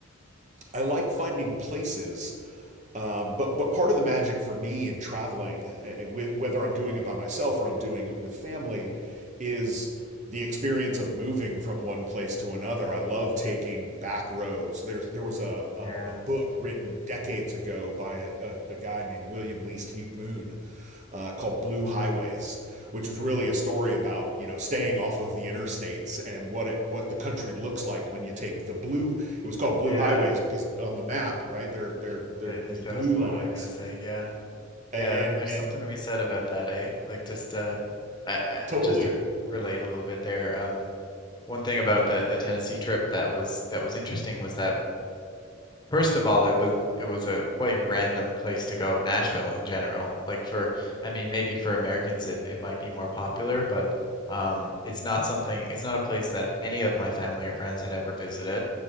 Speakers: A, on the right (about 35°); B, on the left (about 20°).
A: I like finding places um, but but part of the magic for me in traveling, uh, with, whether I'm doing it by myself or I'm doing it with family, is the experience of moving from one place to another. I love taking back roads. There's there was a a,
B: yeah.
A: a book written decades ago by a, a, a guy named William Least Heat Moon uh, called Blue Highways, which was
B: Okay.
A: really a story about you know staying off of the interstates and what it what the country looks like when you take the blue. It was called Blue
B: Yeah.
A: Highways because on the map, right, they're they're they're
B: The
A: blue
B: the show's blue,
A: lines,
B: I guess, eh? Yeah.
A: and
B: Yeah. There's
A: and
B: something to be said about that, eh? Like just uh I,
A: totally
B: I just to relate a little bit there. Um one thing about the the Tennessee trip that was that was interesting was that first of all it was it was a quite random place to go, Nashville in general. Like for I mean maybe for Americans it, it might be more popular, but um it's not something it's not a place that any of my family or friends had ever visited.